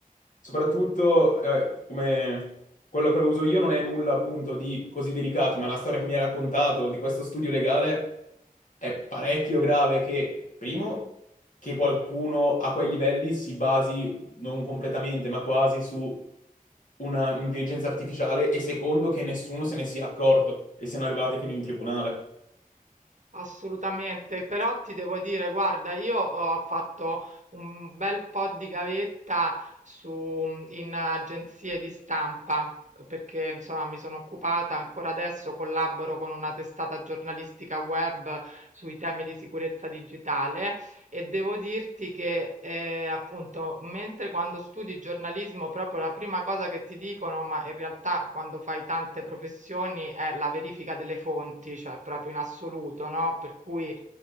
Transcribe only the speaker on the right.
Assolutamente, però ti devo dire, guarda, io ho fatto un bel po' di gavetta su, in agenzie di stampa, perché insomma mi sono occupata, ancora adesso collaboro con una testata giornalistica web sui temi di sicurezza digitale e devo dirti che, ehm, appunto, mentre quando studi giornalismo proprio la prima cosa che ti dicono, ma in realtà quando fai tante professioni, è la verifica delle fonti, cioè proprio in assoluto, no, per cui